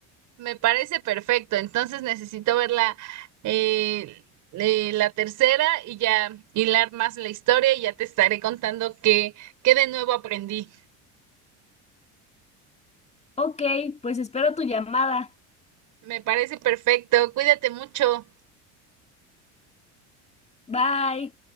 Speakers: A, on the right; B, on the left.
A: Me parece perfecto, entonces necesito ver la, eh, eh, la tercera y ya hilar más la historia y ya te estaré contando qué, qué de nuevo aprendí.
B: Ok, pues espero tu llamada.
A: Me parece perfecto, cuídate mucho.
B: Bye.